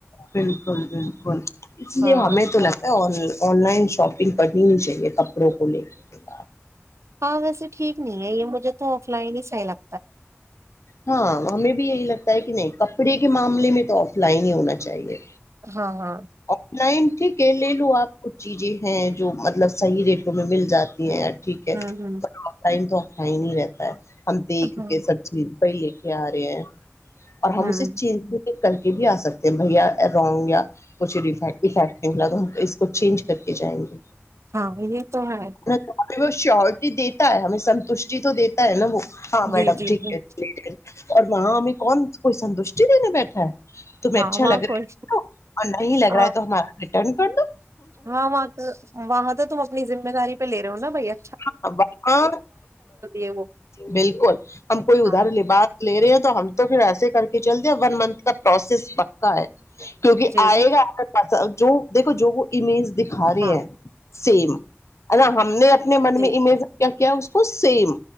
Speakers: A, on the left; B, on the right.
A: بالکل بالکل اس لیے
B: ہاں
A: ہمیں تو لگتا ہے اور آن لائن شاپنگ کرنی ہی چاہیے کپڑوں کو لے کے
B: ہاں ویسے ٹھیک نہیں ہے یہ مجھے تو آف لائن ہی صحی لگ
A: ہاں ہمیں بھی یہی لگتا کہ نہیں کپڑے کے معاملے میں تو آف لائن ہی ہونا چاہیے
B: ہاں ہاں
A: آن لائن ٹھیک ہے لے لو آپ کچھ جی جی ہیں جو مطلب صحیح ریٹوں میں مل جاتی ہیں یار ٹھیک ہے
B: ہوں ہوں
A: ٹائم تو ہی نہیں رہتا ہے ہم دیکھ
B: ہاں
A: ہے سب چیز پائی لے کے آ رہے ہیں اور ہم
B: ہوں
A: اسے چنج بھی کر کے بھی آ سکتے ہیں بھیا رانگ یا کچھ ڈیفیکٹ افیکٹ نکلا تو ہم اس کو چینج کر کے جائیں گے
B: ہاں یہ تو ہے
A: ہمیں وہ شیورٹی دیتا ہے ہمیں سنتوشٹی تو دیتا ہے نا وہ ہاں میڈم
B: جی جی
A: ٹھیک
B: جی
A: ہے ٹھیک اور وہاں ہم کون کوئی سنتوشٹی دینے بیٹھا ہے تمہیں
B: ہاں
A: اچھا
B: وہ
A: لگ رہا
B: کوئی
A: ہے اور نہیں لگ
B: ہاں
A: رہا ہے تو ہمار دین کر دو
B: ہاں وہاں تو وہاں تو تم اپنی ذمہ داری پہ لے رہے ہو نا بھیا
A: ہاںاں
B: ہے وہ
A: بالکل ہم کوئی ادھار
B: ہاں
A: لباس لے رہے ہیں تو ہم تو پھر ایے کر کے چل جیا ون منتھ کا پروسیس پکا ہے کیونکہ
B: جی
A: آئے
B: جی
A: گا آپ کا پاسا جو دیکو جو وہ امیج دکھا رہے
B: ہاں
A: ہے سیم ہونا ہم نے اپنے من
B: جی
A: میں امیج کیا کیا اس کو سیم